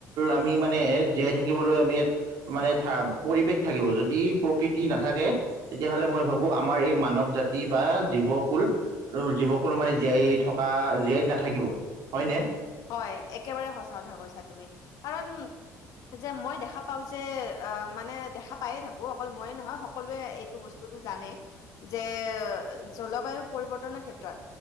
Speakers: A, on the right; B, on the left.
A: আমি মানে জীয়াই থাকিবলৈ আমি ইয়াত মানে পৰিৱেশ থাকিব যদি প্ৰকৃতি নাথাকে তেতিয়াহ'লে মই ভাবোঁ আমাৰ এই মানৱ জাতি বা জীৱকুল জীৱকুলো মানে জীয়াই থকা জীয়াই নাথাকিব। হয়নে?
B: হয় একেবাৰে সচা কথা কৈছা তুমি কাৰণ যে মই দেখা পাও যে অ মানে দেখা পায়ে থাকো অকল মইে নহয় সকলোৱে এইটো বস্তুটো জানে যে জলবায়ু পৰিৱৰ্তনৰ ক্ষেত্ৰত